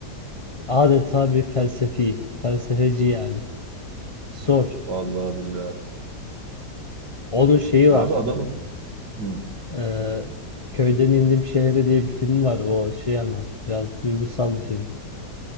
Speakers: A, on the left (about 35°); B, on the right (about 80°).
A: Adeta bir felsefi, felsefeci yani. Sor.
B: Vallahi billahi.
A: Onun şeyi
B: Ya
A: var.
B: abi adamın hı.
A: Ee, Köyden indim şehre diye bir film var. O şey ama biraz duygusal bir film.